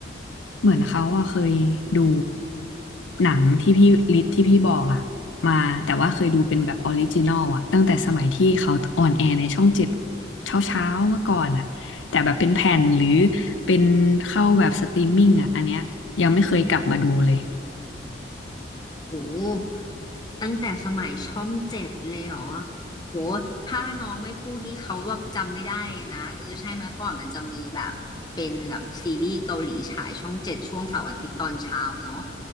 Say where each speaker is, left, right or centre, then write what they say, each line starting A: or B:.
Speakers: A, on the left; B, on the left.
A: เหมือนเขาอะเคยดูหนังที่พี่ลิทที่พี่บอกอะมาแต่ว่าเคยดูเป็นแบบออริจินอลอะตั้งแต่สมัยที่เขาออนแอร์ในช่องเจ็ดเช้าเช้าเมื่อก่อนอะแต่แบบเป็นแผ่นหรือเป็นเข้าแบบสตรีมมิ่งอะอันเนี้ยยังไม่เคยกลับมาดูเลย
B: โหตั้งแต่สมัยช่องเจ็ดเลยเหรอโหถ้าน้องไม่พูดนี่เขาแบบจำไม่ได้เลยนะ เออใช่ไหมก่อนมันจะมีแบบเป็นแบบซีรีส์เกาหลีฉายช่องเจ็ดช่วงเสาร์อาทิตย์ตอนเช้าเนาะ